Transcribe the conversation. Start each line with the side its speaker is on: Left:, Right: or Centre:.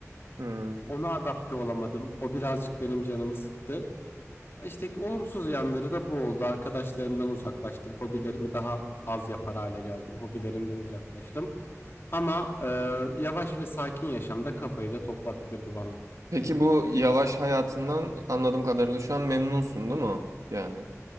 Right: Hmm.
Left: Ona adapte olamadım. O birazcık benim canımı sıktı. İşte ki olumsuz yanları da bu oldu. Arkadaşlarımdan uzaklaştım. Hobilerimi daha az yapar hale geldim. Hobilerimden uzaklaştım. Ama e, yavaş ve sakin yaşamda kafayı da toplattırdı bana.
Right: Peki bu yavaş hayatından anladığım kadarıyla şu an memnunsun değil mi? Yani.